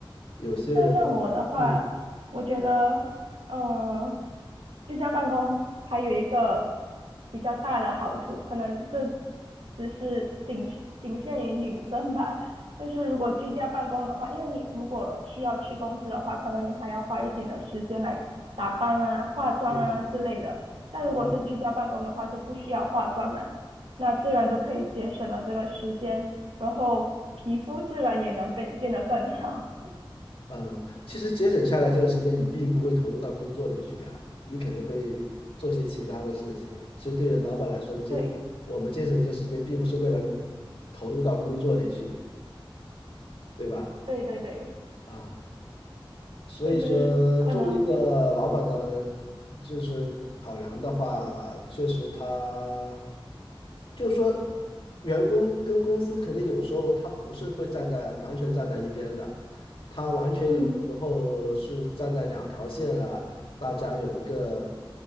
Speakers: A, on the left; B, on the right.
A: 有些人，
B: 那像我的话，
A: 嗯
B: 我觉得，呃，居家办公还有一个比较大的好处，可能这只是仅仅限于女生吧。就是如果居家办公的话，因为你如果需要去公司的话，可能你还要花一点的时间来打扮啊、化妆啊之类的。
A: 嗯
B: 但如果是居家办公的话，
A: 嗯
B: 就不需要化妆嘛，那自然就可以节省了这个时间，然后皮肤自然也能变变得更好。
A: 嗯，其实节省下来这个时间，你并不会投入到工作里去呀，你可能会做些其他的事情。其实对老板来说，
B: <laughs>
A: 这我们节省这时间，
B: 对。
A: 并不是为了投入到工作里去，对吧？
B: 对对对，
A: 啊。所以说，
B: 就是可能，
A: 作为一个老板的，就是考量的话，确实他，就说员工跟公司肯定有时候他不是会站在完全站在一边的，他完全有时候是站在两条线了，
B: 嗯
A: 大家有一个